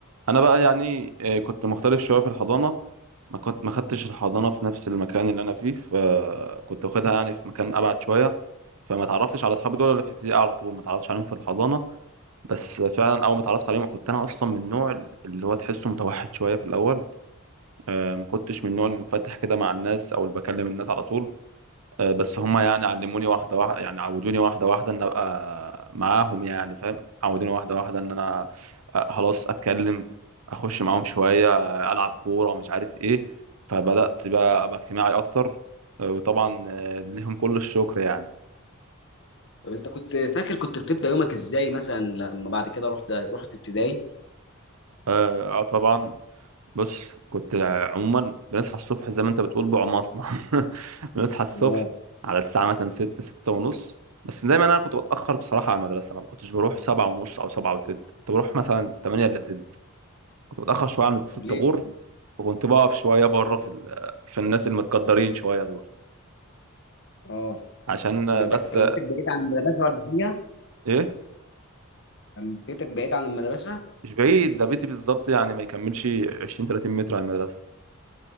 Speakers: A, on the right; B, on the left.
A: انا بقى يعني آه، كنت مختلف شويه في الحضانه ما كنت ما خدتش الحضانه في نفس المكان اللي انا فيه فكنت واخدها يعني في مكان ابعد شويه فما تعرفتش على اصحابي دول الا في ابتدائي على طول ما تعرفتش عليهم في الحضانه بس فعلا اول ما اتعرفت عليهم كنت انا اصلا من النوع اللي هو تحسه متوحد شويه في الاول آه، ما كنتش من النوع المنفتح كده مع الناس او اللي بكلم الناس على طول آه، بس هم يعني علموني واحدة واحدة يعني عودوني واحدة واحدة ان ابقى معاهم يعني فاهم عودوني واحدة واحدة ان انا آه، خلاص اتكلم اخش معاهم شوية آه، العب كورة ومش عارف ايه فبدأت بقى ابقى اجتماعي اكتر آه، وطبعا آه، ليهم كل الشكر يعني
B: طب انت كنت فاكر كنت بتبدا يومك ازاي مثلا لما بعد كده رحت رحت ابتدائي
A: آه آه، طبعا بص كنت عموما بنصحى الصبح زي ما انت بتقول بعماصنا <laughs> بنصحى الصبح
B: اه
A: على الساعة مثلا ستة ستة ونص بس دايما انا كنت بتأخر بصراحة على المدرسة ما كنتش بروح سبعة ونص او سبعة وتلت كنت بروح مثلا تمانية الا تلت كنت بتأخر شوية عن في
B: طب
A: الطابور
B: ليه كده
A: وكنت بقف شوية بره في ال... في الناس المتقدرين شوية دول
B: اه
A: عشان
B: طب انت
A: بس
B: كان بيتك بعيد عن المدرسه ولا هي
A: ايه
B: كان بيتك بعيد عن المدرسة
A: مش بعيد ده بيتي بالظبط يعني ما يكملش 20 30 متر على المدرسة